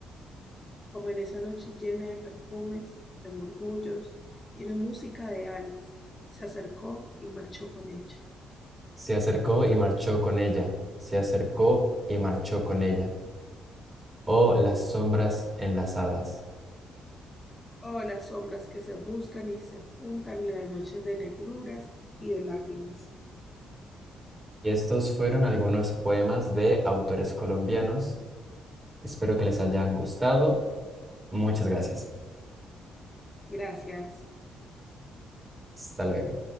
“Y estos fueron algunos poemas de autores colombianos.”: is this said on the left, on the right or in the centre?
Right